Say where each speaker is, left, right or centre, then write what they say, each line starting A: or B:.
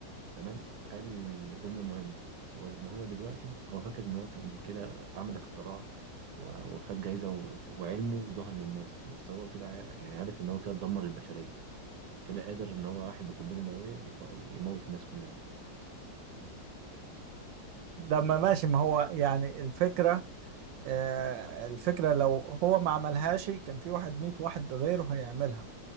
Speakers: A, on the right; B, on the right.
A: تمام قال جملة مهمة وإن هو دلوقتي هو فاكر إن هو كان كده عمل اختراع و- وخد جايزة و- وعلمه ظهر للناس بس هو كده ع- يعني عارف إن هو كده دمر البشرية كده قادر إن هو واحد بقنبلة نووية يف- يموت الناس كلها
B: ده ما ماشي ما هو يعني الفكرة آه، الفكرة لو هو ما عملهاش كان في واحد ميت واحد غيره هيعملها